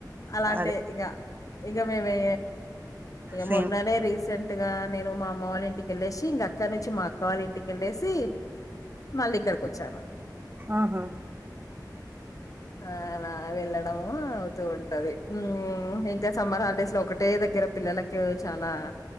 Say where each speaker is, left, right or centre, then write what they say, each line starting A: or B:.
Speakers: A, on the left (about 50°); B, on the right (about 30°).
A: అలాంటే
B: అదే
A: ఇంకా ఇంకా మేము
B: సేమ్
A: మొన్ననే రీసెంట్ డైరెక్ట్ గా నేను మా అమ్మ వాళ్ళ ఇంటికిళ్ళేసి ఇంక అక్కడ నుంచి మా అక్క వాళ్ళ ఇంటికెళ్ళేసి మళ్ళీ ఇక్కడిక వచ్చాను
B: ఆహా
A: ఆ అలా వెళ్ళడము అవుతూ ఉంటది ఇంకా సమ్మర్ హాలిడేస్ లో ఒకటే దగ్గర పిల్లలకు చాలా